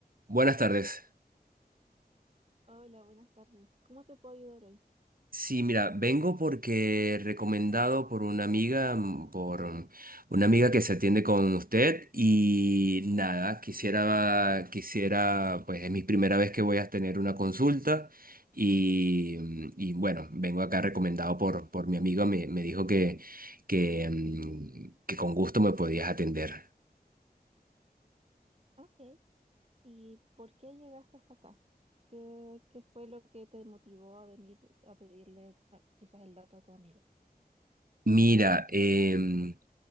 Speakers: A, on the right; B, on the right.
A: Buenas tardes.
B: Hola, buenas tardes. ¿Cómo te puedo ayudar hoy?
A: Sí, mira, vengo porque recomendado por una amiga, mm, por mm, una amiga que se atiende con usted y nada, quisiera, quisiera, pues es mi primera vez que voy a tener una consulta y, mm, y bueno, vengo acá recomendado por, por mi amiga, me, me dijo que, que, mm, que con gusto me podías atender.
B: Ok. ¿Y por qué llegaste hasta acá? ¿Qué, qué fue lo que te motivó a venir a pedirle ah, quizás el dato a tu amiga?
A: Mira, em,